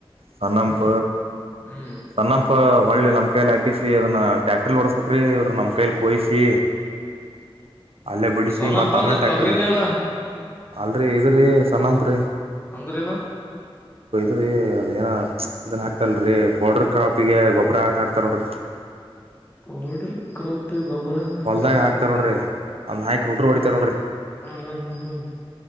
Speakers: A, on the right; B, on the left.
A: ಸಣ್ಣಂಪ
B: ಹ್ಮ್
A: ಸಣ್ಣ ಪ ಹೊಳ್ಳೆ ನಮ್ಮ ಕೈಲಿ ಹಾಕಿಸಿ ಅದನ್ನ ಟ್ಯಾಕ್ಟರ್ ಓಡಸ್ಬೇಕ್ರಿ ಇವ್ರ ನಮ್ಮ ಕೈಲ್ಲಿ ಕೊಯಿಸಿ ಅಲ್ಲೇ ಬಿಡಿಸೀ
B: ಸೊನ್ನಂಪ
A: ಮತ್ ಆಮೇಲೆ
B: ಅಂದ್ರ
A: ಟ್ಯಾಕ್ಟ್ರಲ್
B: ತೊಗರಿನೆಲ್ಲ
A: ಅಲ್ರೀ ಇದು ರೀ ಸಣಂಪ್ರೀ
B: ಅಂದ್ರೇನು
A: ಕೊಯ್ದ್ರೀ ಅದು ಏನ ಇದನ್ನ ಹಾಕ್ತಲ್ರಿ ಪೌಡ್ರ ಕ್ರಾಪಿಗೆ ಗೊಬ್ಬರ ಹಾಕ ಹಾಕ್ತಾರಲ್ರೀ
B: ಪೌಡರ್ ಕ್ರಾಪ್ ಗೊಬ್ಬರ ಹಾಕ್ತಾರ
A: ಹೊಲ್ದ ಹಾಕ್ತಾರೋಡ್ರಿ. ಅದ್ನ ಹಾಕಿ, ರೋಟರ್ ಹೊಡಿತಾರ ನೋಡ್ರಿ
B: ಹ್ಮ್ ಹ್ಮ್ ಹ್ಮ್ ಹ್ಮ್